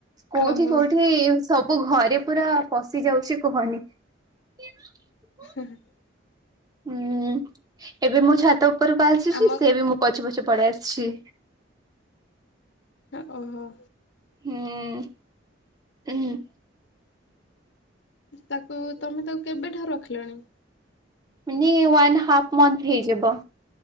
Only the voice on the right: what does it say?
କୋଉଠି,
କୋଉଠି, ସବୁ ଘରେ ପୁରା ପଶି ଯାଉଛି, କୁହନି? <unintelligible>
ହୁଁ। ଏବେ ମୁଁ ଛାତ ଉପରକୁ ଆସୁଛି।
ସେ ବି ମୋ ପଛେ ପଛେ ପଳେଇ ଆସିଛି।
ହୁଁ, ଉହୁଁ।
ମାନେ ୱାନ ହାପ ମନ୍ଥ ହେଇଯିବ।